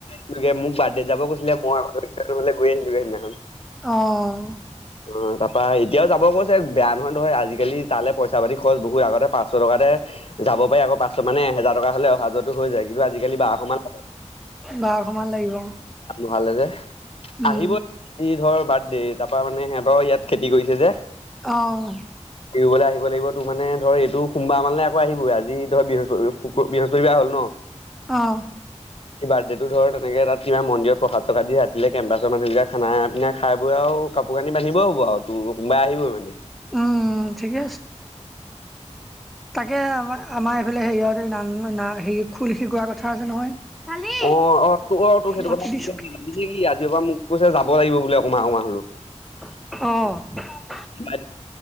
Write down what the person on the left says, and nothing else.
এনেকে মোক বাৰ্থডে যাব কৈছিলে মই আহোতে গৈ আহিলো সেইদিনাখন।
অ', তাৰপা এতিয়াও যাব কৈছে বেয়া নহয়-নহয় আজিকালি তালৈ পইচা পাতি খৰচ বহুত আগতে পাঁচশ টকাতে যাব পাৰি আকৌ পাচশ মানে এহেজাৰ টকা হ'লে অহা যোৱাতো হৈ যায় কিন্তু আজিকালি বা অসমত
ভালে যে
আহিব ইহ ধৰ বাৰ্থডে তাৰ পৰা মানে সিহঁতৰ ইয়াত খেতি কৰিছে যে,
এৰিবলৈ আহিব লাগিব তোৰ মানে ধৰ এইটো সোমবাৰ মানে আকৌ আহিবই আজি ধৰ বৃহস্পতি বৃহস্পতিবাৰ হ'ল ন'
এই বাৰ্থডে টো ধৰ তেনেকে তাত কিবা মন্দিৰত প্ৰসাদ চসাদ দি ৰাতিলে কেম্পাছৰ মানুহকেইটা খানা পিনা খাই বৈ আৰু কাপোৰ কানি বান্ধিবও হ'ব আৰু তোৰ <unintelligible> আহিব মানে
অ - অ তোৰ অ, তোৰ সেইটো
কথাে
কি আজিৰ পৰা মোক কৈছে যাব লাগিব বুল অকমমান- অকণমান।
বাই